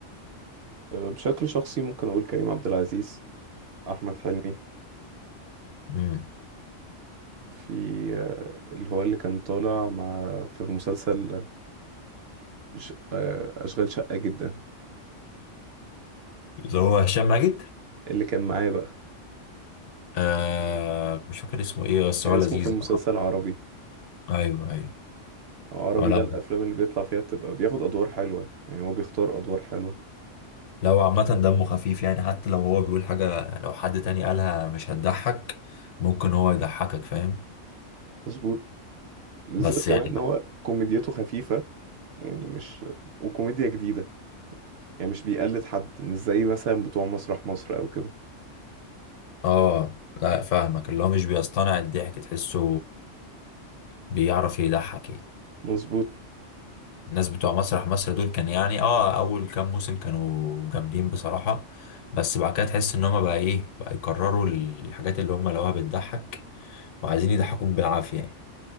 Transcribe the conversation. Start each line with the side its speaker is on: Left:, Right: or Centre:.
Right: أه، بشكل شخصي ممكن أقول كريم عبد العزيز أحمد حلمي
Left: امم
Right: في أه، اللي هو اللي كان طالع مع في مسلسل ش- أه، أشغال شقة جدا
Left: اللي هو هشام ماجد
Right: اللي كان معاه بقى
Left: آه مش فاكر اسمه ايه بس
Right: كان
Left: هو لذيذ
Right: اسمه في المسلسل عربي
Left: ايوه ايوه
Right: عربي
Left: هو لو
Right: ده الأفلام اللي بيطلع فيها بتبقى بياخد أدوار حلوة يعني هو بيختار أدوار حلوة
Left: لو عامة دمه خفيف يعني حتى لو هو بيقول حاجة لو حد تاني قالها مش هتضحك ممكن هو يضحكك فاهم
Right: مظبوط بالذات
Left: بس يعني
Right: كمان إن هو كوميديته خفيفة يعني مش وكوميديا جديدة يعني مش بيقلد حد مش زي مثلا بتوع مسرح مصر أو كده
Left: اه لا فاهمك اللي هو مش بيصطنع الضحك تحسه بيعرف يضحك يعني
Right: مظبوط
Left: الناس بتوع مسرح مصر دول كان يعني اه اول كام موسم كانوا جامدين بصراحة بس بعد كده تحس ان هما بقى ايه بقى يكرروا الحاجات اللي هما لقوها بتضحك وعايزين يضحكوك بالعافية يعني